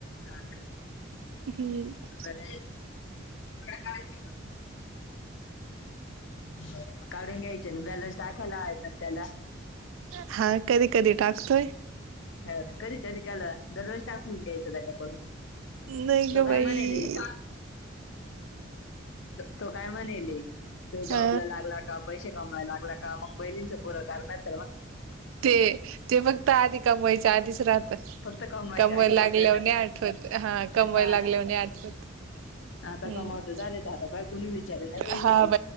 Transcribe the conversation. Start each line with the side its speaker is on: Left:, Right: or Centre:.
Left: आणक. <unintelligible>
Right: हम्म
Left: कड करायची. <unintelligible> बर मग कावडून घ्यायचे ना बॅलन्स टाकायला ह त्याला. <unintelligible>
Right: हा कधी कधी टाकतोय. <unintelligible>
Left: ह ना करी तरी कालं दररोज टाकून घ्यायचं त्याच्या <unintelligible>
Right: नाही
Left: तो
Right: ग
Left: काय
Right: बाई.
Left: म्हणेल <unintelligible> तो काय म्हणेल तो
Right: हा
Left: जॉबला लागला का <unintelligible> पैसे कमावायला लागला का मग बैलींच पुर कर. <unintelligible>
Right: ते ते मगत आधी कमवायचे आधीच राह. <unintelligible>
Left: फक्त कमवायच्या
Right: कमवय
Left: आधी
Right: लागल्यावरणे
Left: राहता ना
Right: आठवत हा कमय
Left: हा
Right: लागल्यावरने
Left: ना
Right: आठवत.
Left: आता
Right: हम्म
Left: कमावत झाले. आता काही कुणी विचारना बाई
Right: हा
Left: यातलं.